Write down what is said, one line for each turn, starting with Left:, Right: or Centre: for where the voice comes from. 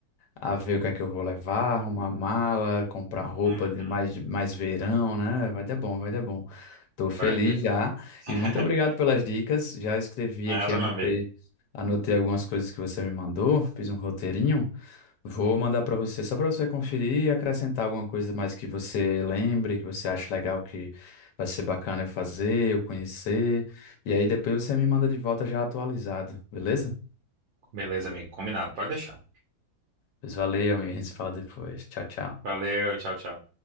Left: a ver o que é que eu vou levar, arrumar mala, comprar roupa
Right: Uhum.
Left: de mais, mais verão, né? Vai dar bom, vai dar bom. Tô feliz
Right: Vai dar.
Left: já.
Right: <laughs>
Left: E muito obrigado pelas dicas. Já escrevi
Right: Nada,
Left: aqui, anotei,
Right: meu amigo.
Left: anotei algumas coisas que você me mandou, fiz um roteirinho. Vou mandar para você só para você conferir e acrescentar alguma coisa mais que você lembre, que você acha legal, que vai ser bacana eu fazer, eu conhecer. E aí depois você me manda de volta já atualizado, beleza?
Right: Beleza, amigo. Combinado. Pode deixar.
Left: Pois valeu, amigo. A gente se fala depois. Tchau, tchau.
Right: Valeu, tchau, tchau.